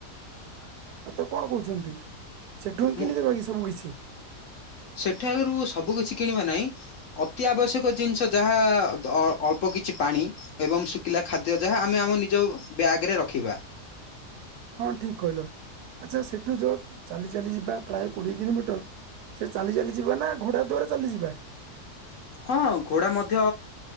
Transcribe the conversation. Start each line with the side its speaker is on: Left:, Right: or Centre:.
Left: ଆ
Right: ଆଉ ତ କଣ କହୁଛନ୍ତି ସେଠୁ ହିଁ
Left: ମୁଁ
Right: କିଣିଦବା କି ସବୁ କିିଛି
Left: ସେଠାରୁ ସବୁ କିଛି କିଣିବା ନାହିଁ ଅତି ଆବଶ୍ୟକ ଜିନିଷ ଯାହା ଅଳ୍ପ କିଛି ପାଣି ଏବଂ ଶୁଖିଲା ଖାଦ୍ୟ ଯାହା ଆମେ ଆମ ନିଜ ବ୍ୟାଗ ରେ ରଖିବା।
Right: ହଁ ଠିକ କହିଲ ଆଚ୍ଛା ସେଠୁ ଯୋଉ ଚାଲି ଚାଲି ଯିବା ପ୍ରାୟ କୋଡିଏ କିଲୋମିଟର ସେ ଚାଲି ଚାଲିଯିବା ନା ଘୋଡ଼ା ଦ୍ୱରେ ଚାଲିଯିବା।
Left: ହଁ ଘୋଡ଼ା ମଧ୍ୟ